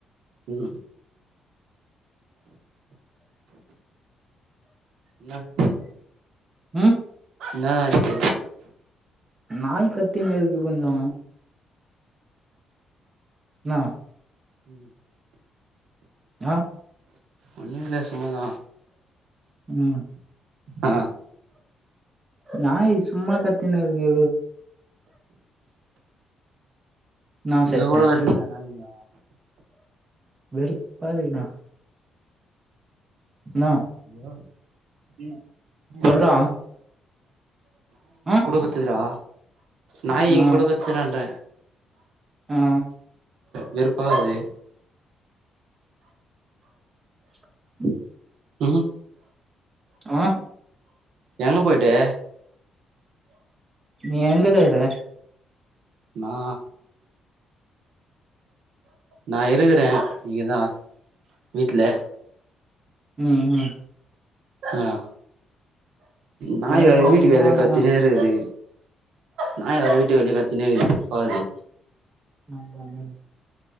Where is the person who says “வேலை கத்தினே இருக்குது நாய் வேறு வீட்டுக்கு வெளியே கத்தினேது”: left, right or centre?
Right